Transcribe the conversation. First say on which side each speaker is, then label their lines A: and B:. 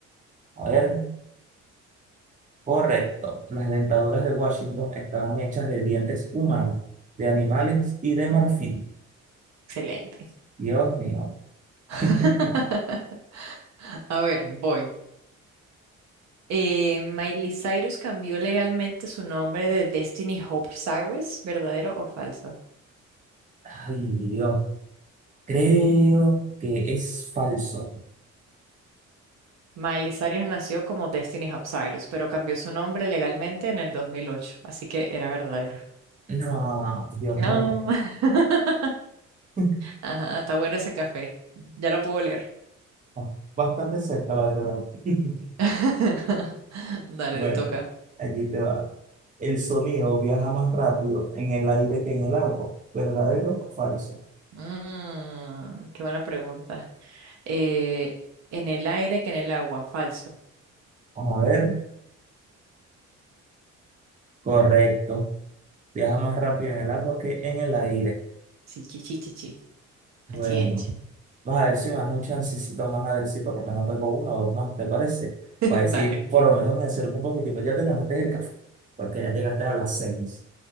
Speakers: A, on the right (about 25°); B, on the right (about 60°).
A: A ver, correcto. Las dentaduras de Washington estaban hechas de dientes humanos, de animales
B: Eh,
A: y de marfil.
B: Excelente.
A: Dios mío.
B: <laughs>
A: <laughs>
B: A ver, voy. Eh, Miley Cyrus cambió legalmente su nombre de Destiny Hope Cyrus, ¿verdadero o falso?
A: Ay, Dios. Creo que es falso.
B: Miley Cyrus nació como Destiny Hopsirus, pero cambió su nombre legalmente en el 2008, así que era verdadera.
A: No, Dios
B: No,
A: mío.
B: <laughs>
A: <laughs>
B: ajá, está bueno ese café. Ya lo puedo leer.
A: Ah, Bastante cerca, la verdad. <laughs>
B: <laughs> Dale,
A: Bueno,
B: te toca.
A: allí te va. El sonido viaja más rápido en el aire que en el agua. ¿Verdadero o falso?
B: Mm, qué buena pregunta. Eh, en el aire que en el agua, falso.
A: Vamos a ver. Correcto. Viaja más rápido en el agua que en el aire.
B: Sí, chi, chi, chi, chi.
A: Bueno,
B: Achich.
A: vamos a ver si me das un chancecito más a ver si por lo menos pego uno o dos más, ¿te parece?
B: <laughs>
A: Para decir,
B: Dale.
A: por lo menos me acerco un poquitico. Ya te ganaste el café, porque ya llegaste a las seis.